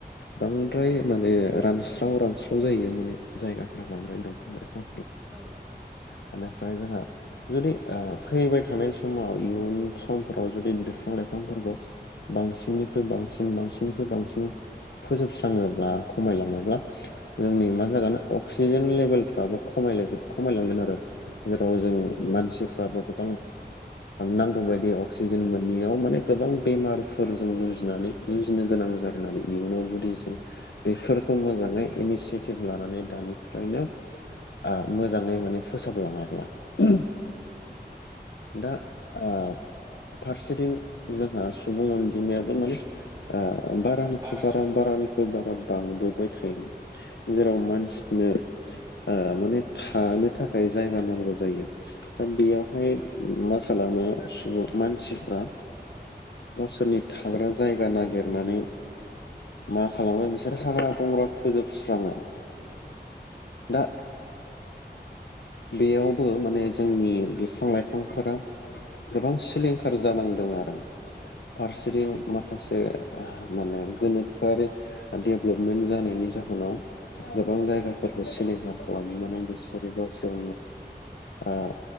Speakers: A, on the left; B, on the right.
A: बांद्राय
B: औ
A: माने रानस हाव रानस्राव जायो माने जायगाफ्रा बांद्राय दंफां लाइफां
B: औ
A: <unintelligible> बेनिफ्राय जोंहा जुदि आ फैबाय थानाय समाव इयुन समफोराव जुदि बिफां लाइफांफोरखौ बांसिननिख्रुइ बांसिन बांसिननिख्रुइ बांसिन फोजोबस्राङोब्ला खमायलाङोब्ला जोंनि
B: औ
A: मा जागोन अ खुसिजेन लेभेलफ्राबो खमायलेख खमायलांगोन आरो जेराव
B: औ
A: जों मानसिफ्राबो गोबां नांगौ बदि अक्सिजेन मोनैयाव माने गोबां बेमारफोरजों जुजिनानै जुजिनो गोनां जागोन आरो इयुनाव जुदि जों बेफोरखौ मोजाङै इनिसियेटिभ लानानै दानि फ्रायनो आ मोजाङै माने फोसाबलाङाब्ला। <unintelligible> दा आ फारसेथिं जोंहा सुबुं अनजिमायाबो माने आ बारानिफ्राइ
B: बारानिफ्राय
A: बारा बारानिख्रुइ बारा बांबोबाय थायो। जेराव मानसिनो ओ माने थानो थाखाय जायगा नांगौ जायो। बेयावहाय मा खालामो सुबुं मानसिफ्रा गावसोरनि थाग्रा जायगा नागिरनानै मा खालामो बिसोर हाग्रा बंग्रा फोजोबस्राङो दा बेयावबो माने जोंनि बिफां लाइफांफोरा गोबां सिलिंखार जानांदों आरो फारसेथिं माखासे माने गोनोखोआरि डेभ्लपमेन्ट जानायनि जाहोनाव गोबां जायगाफोरखौ सिलिंखार खालामनानै बिसोरो गावसोर आ